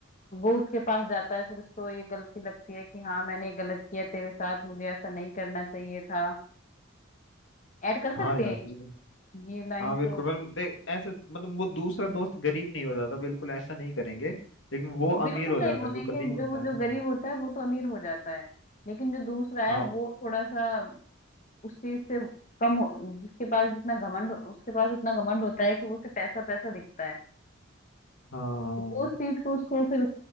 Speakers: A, on the left; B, on the left.
A: वो उसके पास जाता है फिर उसको ये गलती लगती है कि हाँ मैंने गलत किया तेरे साथ मुझे ऐसा नहीं करना चाहिए था ऐड कर
B: हाँ
A: सकते
B: यार
A: हैं ये
B: जी
A: ये लाइन
B: हाँ बिल्कुल
A: तो
B: मतलब देख ऐसे मतलब वो दूसरा दोस्त गरीब नहीं हो जाता बिल्कुल ऐसा नहीं करेंगे लेकिन वो
A: बिल्कुल
B: अमीर हो
A: नहीं
B: जाता
A: बोलेंगे
B: है जो गरीब होता
A: जो
B: है
A: जो
B: ना
A: गरीब होता है वो तो अमीर हो जाता है लेकिन जो दूसरा
B: हाँ
A: है वो थोड़ा सा उस चीज से कम हो- जिसके पास जितना घमंड उसके पास उतना घमंड होता है कि वो उसे पैसा पैसा दिखता है
B: हाँ हाँ
A: तो वो उस चीज को उसको फिर